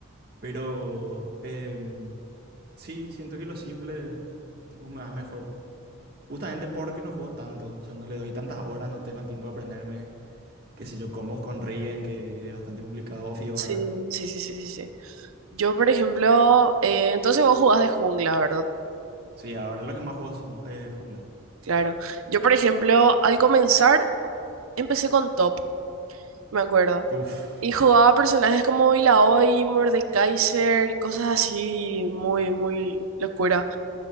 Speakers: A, on the right; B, on the right.
A: Pero em, sí, siento que lo simple tipo me va mejor. Justamente porque no juego tanto, o sea, no le doy tantas horas, no tengo el tiempo de aprenderme, qué sé yo, combos con Riven, que, que es bastante complicado, o Fiora.
B: sí, sí, sí, sí, sí, sí. Yo, por ejemplo, eh, entonces vos jugás de jungla, ¿verdad?
A: Sí, ahora lo que más juego es jun- eh, jungla.
B: Claro. Yo, por ejemplo, al comenzar, empecé con top, me acuerdo.
A: Uf,
B: Y jugaba personajes como Illaoi, Mordekaiser y cosas así, muy, muy locura.